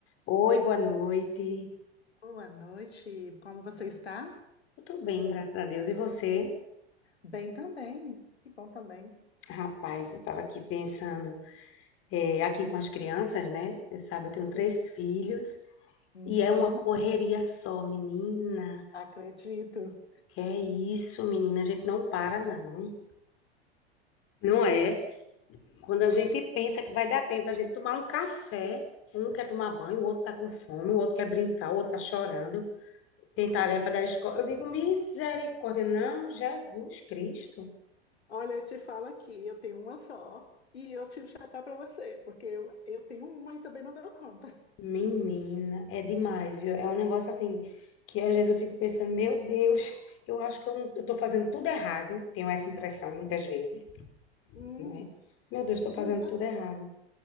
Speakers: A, on the left; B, on the left.
A: Oi, boa noite.
B: Boa noite, como você está?
A: Eu tô bem, graças a Deus. E você?
B: Bem também, que bom também,
A: Rapaz, eu tava aqui pensando, é, aqui com as crianças, né? Você sabe, eu tenho três
B: sim.
A: filhos
B: Uhum,
A: e é uma correria só, menina.
B: acredito.
A: Que é isso, menina? A gente não para, não. Não é? Quando a gente pensa que vai dar tempo da gente tomar um café, um quer tomar banho, o outro tá com fome, o outro quer brincar, o outro tá chorando. Tem tarefa da escola. Eu digo, misericórdia. Não, Jesus Cristo.
B: Olha, eu te falo aqui, eu tenho uma só e eu tiro o chapéu para você, porque eu, eu tenho uma e também não deu conta.
A: Menina, é demais, viu? É um negócio assim que às vezes eu fico pensando, meu Deus, <laughs> eu acho que eu não, eu tô fazendo tudo errado. Tenho essa impressão muitas vezes,
B: Hum,
A: né? Meu Deus, tô
B: menina,
A: fazendo tudo errado.